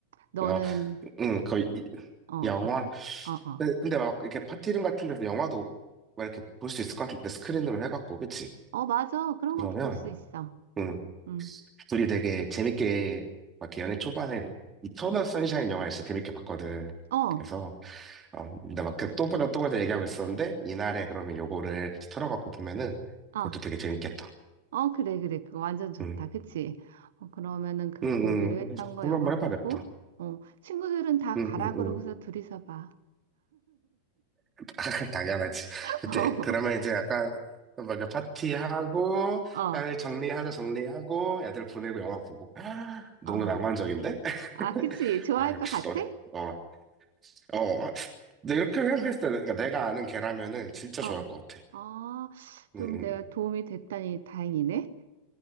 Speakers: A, on the right; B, on the right.
A: 너는,
B: 어, 음, 거의, 이-
A: 어,
B: 영화.
A: 어때? 어, 어.
B: 근데, 근데 막, 이렇게 파티룸 같은 데서 영화도 막 이렇게 볼 수 있을 것 같은데, 스크린으로 해갖고, 그치?
A: 어, 맞아. 그런
B: 그러면,
A: 것도 볼 수 있어.
B: 음,
A: 응.
B: 둘이 되게 재밌게, 막 이렇게 연애 초반에, 이터널 선샤인 영화를 진짜 재밌게 봤거든.
A: 어,
B: 그래서, 어, 근데 막 그 또 보다 또 보다 얘기하고 있었는데, 이날에 그러면 요거를 털어갖고 보면은,
A: 아.
B: 그것도 되게 재밌겠다.
A: 어, 그래, 그래. 그거 완전 좋다.
B: 응,
A: 그치? 어, 그러면은 그
B: 응,
A: 보기로
B: 응. 그래서
A: 했던
B: 그걸로
A: 거 영화
B: 한번
A: 보고,
B: 해봐야겠다.
A: 어, 친구들은 다
B: 응,
A: 가라
B: 응,
A: 그러고서
B: 응.
A: 둘이서 봐.
B: <laughs> 당연하지.
A: <laughs>
B: 그때, 그러면 이제 약간, 뭔가 파티하고,
A: 어,
B: 딸 정리하자 정리하고, 애들 보내고 영화 보고. <gasps> <laughs> 너무
A: 어.
B: 낭만적인데?
A: 아,
B: <laughs>
A: 그치? 좋아할
B: 아, 역시
A: 것 같아?
B: 너, 어, 어. 어. 근데 이렇게 생각했을 때, 그러니까 내가 아는 걔라면은 진짜
A: 어.
B: 좋아할 것 같아.
A: 아, 좀
B: 응, 응,
A: 내가
B: 응.
A: 도움이 됐다니 다행이네.